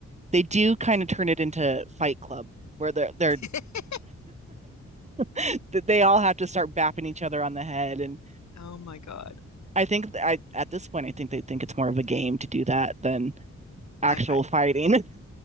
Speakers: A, on the right; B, on the left.
A: they do kind of turn it into Fight Club where they're they're
B: <laughs>
A: <laughs> they all have to start bapping each other on the head, and
B: Oh my God.
A: I think th- I at this point I think they think it's more of a game to do that than actual
B: Okay.
A: fighting. <laughs>